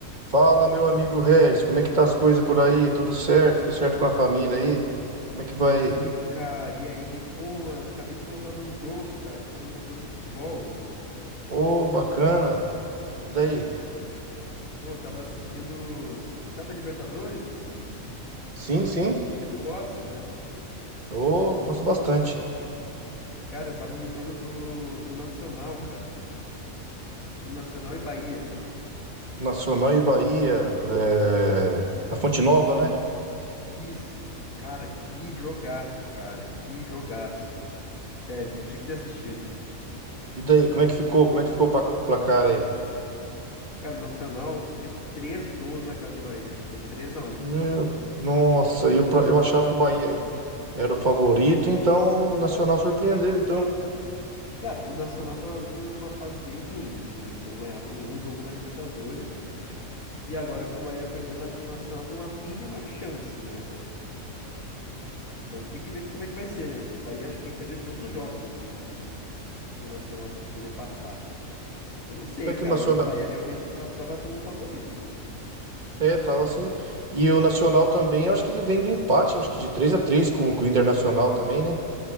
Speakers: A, on the right (about 35°); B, on the left (about 80°).
A: Fala, meu amigo Regis, como é que tá as coisas por aí? Tudo certo? Tudo certo com a família aí? Como é que vai?
B: E aí, cara, e aí? Pô, mano, acabei de voltar de um jogo, cara. Tava num jogo de futebol.
A: Ô, bacana. E daí?
B: Pô, tava assistindo. Sabe a Libertadores?
A: Sim, sim.
B: Acho que tu gosta, né?
A: Ô, gosto bastante.
B: Cara, eu tava no jogo do, do Nacional, cara. Assistindo Nacional e Bahia.
A: Nacional e Bahia, é, na Fonte Nova, né?
B: Isso, cara, que jogaço, cara. Que jogaço. Sério, tu tinha que ter assistido.
A: E daí, como é que ficou? Como é que ficou o pa- o placar aí?
B: Cara, o Nacional fez três gols na casa do Bahia. Foi 3 a um.
A: Meu, nossa, eu, pra- eu achava que o Bahia aí era o favorito, então o Nacional surpreendeu. Então,
B: Cara, o Nacional tava vindo numa fase bem ruim, assim, né? Eles não ganhavam nenhum jogo na Libertadores. E agora que o Bahia perdendo, acho que o Nacional tem uma mínima chance, né? Mas tem que ver como é que vai ser, né? O Bahia acho que tem que perder todos os jogos, assim, pro, pro Nacional poder passar. Então não sei,
A: é
B: cara,
A: que o Nacional
B: mas o Bahia realmente tá- tava como favorito.
A: É, tava assim. E o Nacional também, eu acho que ele vem do empate, eu acho que de 3 a 3 com, com o Internacional também, né?